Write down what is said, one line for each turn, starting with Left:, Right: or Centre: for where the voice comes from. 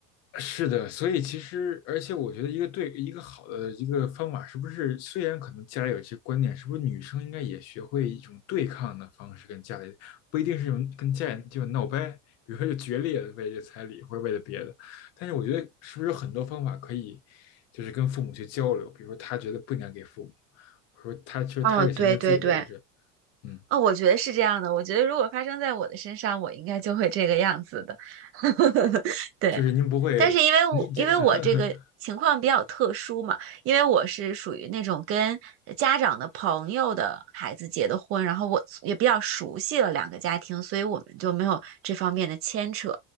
Left: 是的，所以其实，而且我觉得一个对一个好的一个方法，是不是虽然可能家里有一些观念，是不是女生应该也学会一种对抗的方式跟家里，不一定是用跟家里就闹掰，比如说就决裂的为这彩礼或者为了别的，但是我觉得是不是有很多方法可以，就是跟父母去交流，比如说他觉得不应该给父母，或者说他其实他这个钱应该自己留着，
Right: 哦，对对对，
Left: 嗯，
Right: 哦，我觉得是这样的。我觉得如果发生在我的身上，我应该就会这个样子的。<laughs> 对，
Left: 就是您不会，
Right: 但是因为我因为我这个情况比较特殊嘛，
Left: 你这 <laughs>
Right: 因为我是属于那种跟家长的朋友的孩子结的婚，然后我也比较熟悉了两个家庭，所以我们就没有这方面的牵扯。